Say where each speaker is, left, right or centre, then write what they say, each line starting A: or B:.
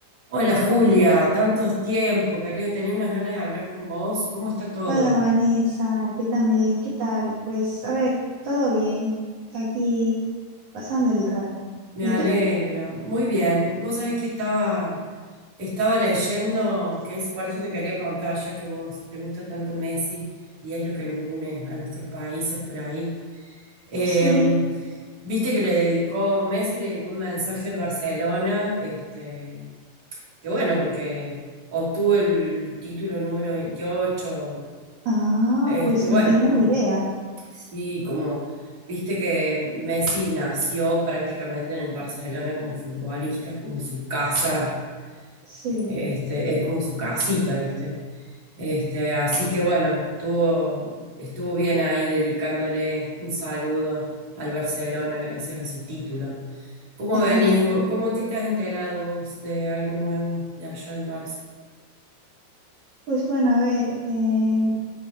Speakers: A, on the right; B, on the right.
A: Hola Julia, tantos tiempos, cariño, tenía unas ganas de hablar con vos. ¿Cómo está todo?
B: Hola Vanessa, yo también, ¿qué tal? Pues a ver, todo bien, aquí pasando el rato.
A: Me
B: ¿Y
A: alegro.
B: tú?
A: Muy bien. Vos sabés que estaba, estaba leyendo, que es por eso te quería contar, ya que vos te gusta tanto Messi y es lo que nos une a nuestros países por ahí. Eh,
B: Sí.
A: viste que le dedicó, Messi le dedicó un mensaje al Barcelona, este, que bueno, porque obtuvo el título número 28,
B: Ah,
A: este,
B: pues
A: bueno,
B: no tenía
A: como...
B: ni idea.
A: Sí, como Viste que Messi nació prácticamente en el Barcelona como futbolista, es como su casa,
B: Sí.
A: este, es como su casita, ¿viste? Este, así que bueno, estuvo, estuvo bien ahí dedicándole un saludo al Barcelona gracias a su título. ¿Cómo
B: <laughs>
A: venís? vos? ¿Cómo qué te has enterado vos de algo nuevo de allá del Barça?
B: Pues bueno, a ver, eh,